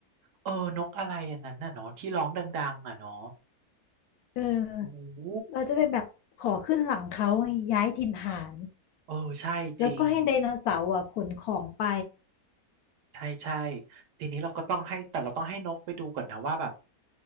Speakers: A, on the right (about 80°); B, on the left (about 70°).
A: เออนกอะไรอันนั้นน่ะเนาะที่ร้องดังๆอ่ะเนาะ
B: เออเราจะได้แบบขอขึ้นหลังเขาไงย้ายถิ่นฐาน
A: โอ้โหเออใช่จริง
B: แล้วก็ให้ไดโนเสาร์อ่ะขนของไป
A: ใช่ใช่ทีนี้เราก็ต้องให้แต่เราต้องให้นกไปดูก่อนนะว่าแบบ